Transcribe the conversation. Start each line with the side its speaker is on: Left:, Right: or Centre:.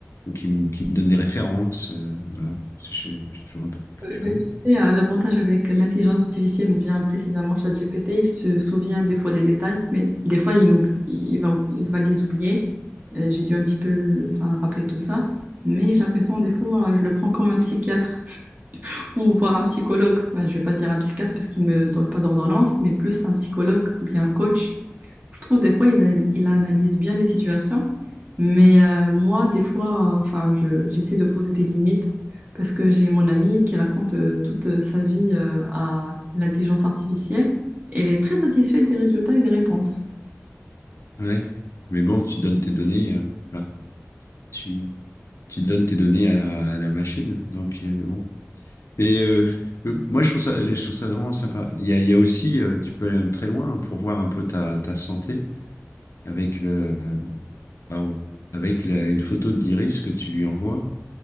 Left: ou qui, me qui me donne des références. euh, voilà, Parce que je, je suis toujours un peu, un
Right: Euh,
Left: peu curieux.
Right: bah, tu sais, euh, l'avantage avec l'intelligence artificielle ou bien précisément ChatGPT, il se souvient des fois des détails, mais des fois il oublie, il va, il va les oublier. Euh, j'ai dû un petit peu enfin, rappeler tout ça, mais j'ai l'impression des fois euh, je le prends comme un psychiatre. Ou voir un psychologue. Ben, je vais pas dire un psychiatre parce qu'il me donne pas d'ordonnance, mais plus un psychologue ou bien un coach. Je trouve des fois, il, a- il analyse bien les situations. Mais euh, moi, des fois, euh, enfin, je- j'essaie de poser des limites parce que j'ai mon amie qui raconte euh, toute euh, sa vie euh, à l'intelligence artificielle et elle est très satisfaite des résultats et des réponses.
Left: Ouais. Mais bon, tu donnes tes données, euh, voilà. Tu, tu donnes tes données à la, à la machine. Donc, euh, bon. Et euh, euh, moi, je trouve ça, je trouve ça vraiment sympa. Il y a, il y a aussi, euh, tu peux aller même très loin pour voir un peu ta, ta santé avec le, euh, Waouh. Avec la- une photo de l'iris que tu lui envoies